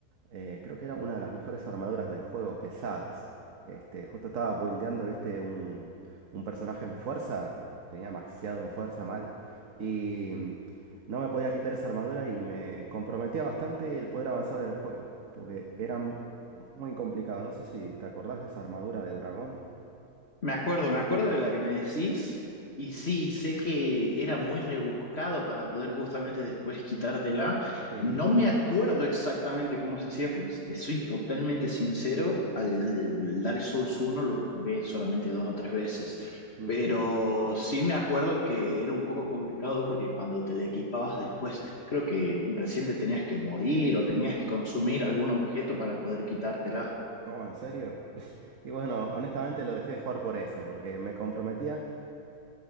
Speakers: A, on the right (about 55°); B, on the left (about 40°).
A: eh, creo que era una de las mejores armaduras del juego, pesadas. Este, justo estaba buildeando, viste, un, un personaje en fuerza, tenía maxeado en fuerza mal, y mm, no me podía quitar esa armadura y me comprometía bastante el poder avanzar en el juego, porque era m- muy complicado. No sé si te acordás de esa armadura de dragón.
B: Me acuerdo, me acuerdo de la que me decís y sí, sé que era muy rebuscado para poder justamente después quitártela.
A: Sí,
B: No
A: sí.
B: me acuerdo exactamente cómo se hacía porque si te soy totalmente sincero, al Dark Souls uno lo jugué solamente dos o tres veces,
A: Ujú.
B: pero sí me acuerdo que era un poco complicado porque cuando te le equipabas después, creo que recién te tenías que morir o tenías que consumir algún objeto para poder quitártela.
A: Oh, ¿en serio? Y bueno, honestamente lo dejé de jugar por eso, porque me comprometía.